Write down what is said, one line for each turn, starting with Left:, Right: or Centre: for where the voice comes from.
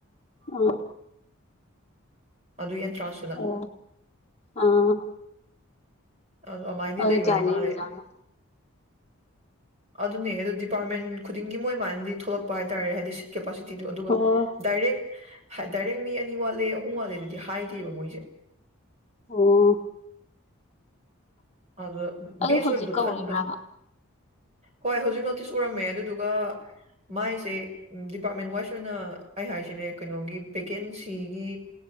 Left: ꯑꯥ
Right: ꯑꯗꯨꯒꯤ ꯑꯦꯟꯇ꯭ꯔꯥꯟꯁꯇꯨꯅ
Left: ꯑꯣ ꯑꯥ
Right: ꯑꯗꯨ ꯑꯗꯨꯃꯥꯏꯅꯗꯤ
Left: ꯑꯗꯨꯗꯤ
Right: ꯂꯩꯕꯗꯤ
Left: ꯀꯌꯥ ꯂꯦꯝꯃꯤꯖꯥꯠꯅꯣ
Right: ꯃꯥꯜꯂꯦ ꯑꯗꯨꯅꯦ ꯑꯣ ꯗꯤꯄꯥꯔꯠꯃꯦꯟ ꯈꯨꯗꯤꯡꯒꯤ ꯃꯣꯏ ꯃꯃꯥꯏꯅꯗꯤ ꯊꯣꯛꯂꯛꯄ ꯍꯥꯏꯇꯥꯔꯦ ꯍꯥꯏꯗꯤ ꯁꯤꯠ ꯀꯦꯄꯥꯁꯤꯇꯤ ꯤꯗꯣ ꯑꯗꯨꯒ
Left: ꯑꯣ
Right: ꯗꯥꯏꯔꯦꯛ ꯗꯥꯏꯔꯦꯛ ꯃꯤ ꯑꯅꯤ ꯋꯥꯠꯂꯦ ꯑꯍꯨꯝ ꯋꯥꯠꯂꯦ ꯑꯗꯨꯗꯤ ꯍꯥꯏꯗꯦꯕ ꯃꯣꯏꯁꯦ
Left: ꯑꯣ
Right: ꯑꯗꯨ
Left: ꯑꯗꯣ
Right: ꯕꯦꯁ
Left: ꯍꯧꯖꯤꯛ
Right: ꯑꯣꯏꯕꯗꯨꯣ
Left: ꯀꯧꯔꯤꯕ꯭ꯔꯕ
Right: ꯈꯟꯒꯗ꯭ꯔꯥ ꯍꯣꯏ ꯍꯧꯖꯤꯛ ꯑꯗꯨꯁꯨ ꯎꯔꯝꯃꯦ ꯑꯗꯨꯗꯨꯒ ꯃꯥꯏꯁꯦ ꯗꯤꯄꯥꯔꯠꯃꯦꯟ ꯋꯥꯏꯁ ꯑꯣꯏꯅ ꯑꯩ ꯍꯥꯏꯁꯤꯅꯦ ꯀꯩꯅꯣꯒꯤ ꯚꯦꯀꯦꯟꯁꯤꯒꯤ